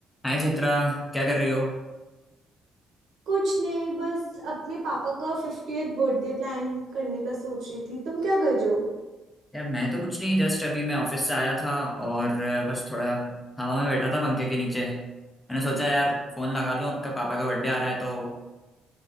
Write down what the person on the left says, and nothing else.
हाय चित्रा क्या कर रही हो
यार मैं तो कुछ नहीं जस्ट अभी मैं ऑफिस से आया था और अ, बस थोड़ा हवा में बैठा था पंखे के नीचे मैंने सोचा यार फोन लगा लूं आपका पापा का बर्थडे आ रहा है तो